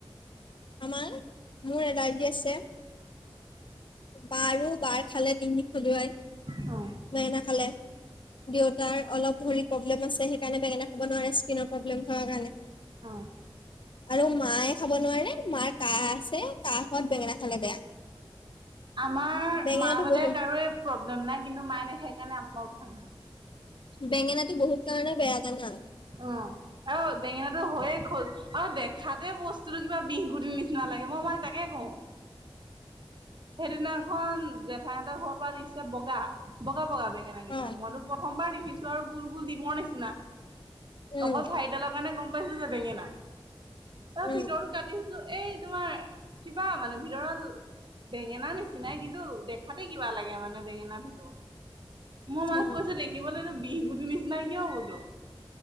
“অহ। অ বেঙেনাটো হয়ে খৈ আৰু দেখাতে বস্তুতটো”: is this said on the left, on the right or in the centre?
Right